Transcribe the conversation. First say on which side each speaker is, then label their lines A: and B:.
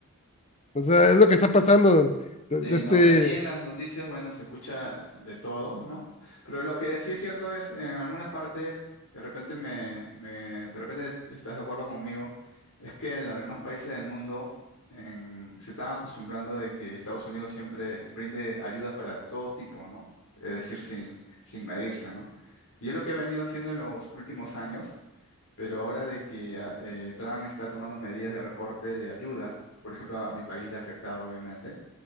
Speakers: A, on the left; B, on the left.
A: O sea, es lo que está pasando. De,
B: Sí,
A: de este,
B: ¿no? Ahí en las noticias, bueno, se escucha de todo, ¿no? Pero lo que sí es cierto es, en alguna parte, de repente me, me- de repente es- estás de acuerdo conmigo, es que en los demás países del mundo en- se están acostumbrando de que Estados Unidos siempre brinde ayudas para todo tipo, ¿no? Es decir, sin, sin medirse, ¿no? Y es lo que ha venido haciendo en los últimos años, pero ahora de que ah, eh, Trump está tomando medidas de recorte de ayudas, por ejemplo, a mi país le ha afectado, obviamente